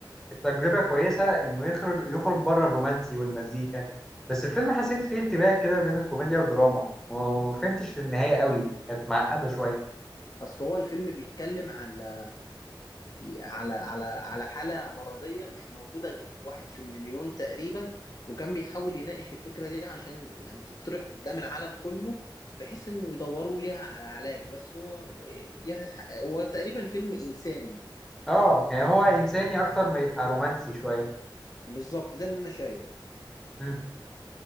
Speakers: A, in the centre; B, on the left.
A: تجربه كويسه انه يخرج يخرج بره الرومانسي والمزيكا بس الفيلم حسيت فيه ارتباك كده بين الكوميديا والدراما وما فهمتش النهايه قوي كانت معقده شويه
B: اصل هو الفيلم بيتكلم على على على على حالة مرضية مش موجودة غير واحد في المليون تقريبا وكان بيحاول يناقش الفكرة دي عشان يعني تطرح قدام العالم كله بحيث انه يدوروا ليها على علاج بس هو يعني هو تقريبا فيلم انساني
A: اه يعني هو انساني اكتر ما يبقى رومانسي شويه
B: بالظبط ده اللي انا شايفه
A: مم.